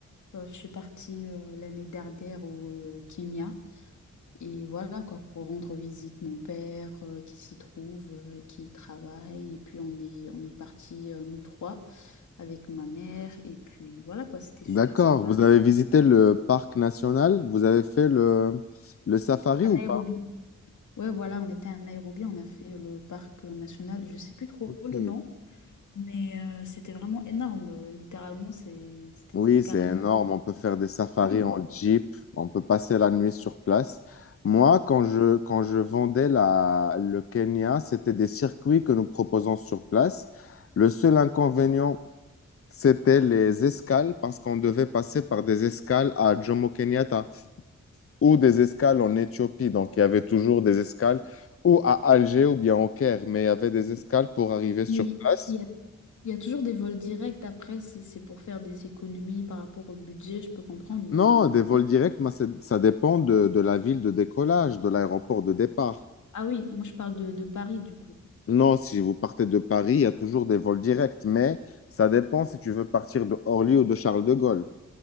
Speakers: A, on the left (about 80°); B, on the left (about 50°).
A: Euh, je suis partie euh, l'année dernière au Kenya. Et voilà, quoi, pour rendre visite mon père euh, qui s'y trouve, euh, qui y travaille. Et puis, on est, on est partis, euh, nous trois, avec ma mère. Et puis, voilà, quoi, c'était super
B: D'accord.
A: sympa.
B: Vous avez visité le parc national? Vous avez fait le, le safari
A: À
B: ou
A: Nairobi.
B: pas?
A: Ouais, voilà, on était à Nairobi, on a fait le parc euh, national, je sais plus trop
B: Ok.
A: le nom. Mais euh, c'était vraiment énorme. euh, Littéralement, c'est, c'était,
B: Oui,
A: c'était carrément
B: c'est énorme. On peut faire des safaris
A: lui, quoi.
B: en jeep. On peut passer la nuit sur place. Moi, quand je, quand je vendais la, le Kenya, c'était des circuits que nous proposons sur place. Le seul inconvénient, c'était les escales parce qu'on devait passer par des escales à Jomo Kenyatta. ou des escales en Éthiopie. Donc, il y avait toujours des escales ou à Alger ou bien au Caire, mais il y avait des escales pour arriver sur
A: Mais
B: place.
A: il y a, il y a toujours des vols directs après, si c'est pour faire des économies par rapport au budget, je peux comprendre, mais...
B: Non, des vols directs, mais c'est- ça dépend de, de la ville de décollage, de l'aéroport de départ.
A: Ah oui, moi je parle de, de Paris du coup.
B: Non, si vous partez de Paris, il y a toujours des vols directs, mais ça dépend si tu veux partir de Orly ou de Charles de Gaulle.